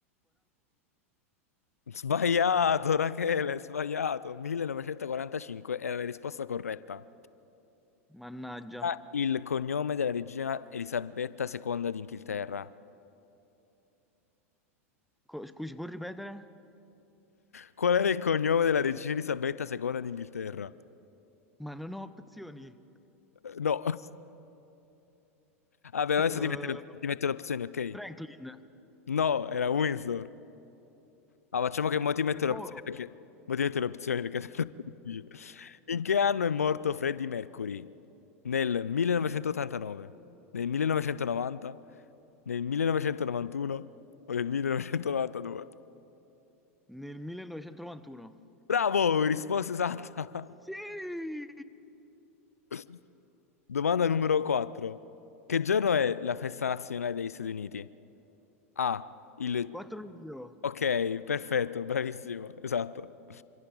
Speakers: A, on the left; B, in the centre.
A: Sbagliato, Rachele, sbagliato. 1945 era la risposta corretta.
B: Mannaggia.
A: Ah, Il cognome della regina Elisabetta II d'Inghilterra.
B: Co- scusi, può ripetere?
A: Qual era il cognome della regina Elisabetta II d'Inghilterra?
B: Ma non ho opzioni.
A: Eh, No. <laughs> Vabbè, adesso
B: Eh,
A: ti metto le, ti metto le opzioni, ok?
B: Franklin,
A: No, era Windsor. Ah, facciamo che mo ti metto
B: per
A: le
B: poco.
A: opzioni perché... Mo ti metto le opzioni perché... <laughs> è troppo difficile. In che anno è morto Freddie Mercury? Nel 1989, nel 1990, nel 1991 o nel 1992?
B: Nel 1991.
A: Bravo! Risposta esatta! <laughs>
B: Sì!
A: <laughs> Domanda numero 4. Che giorno è la festa nazionale degli Stati Uniti? A. Il...
B: 4 luglio.
A: Ok, perfetto, bravissimo, esatto.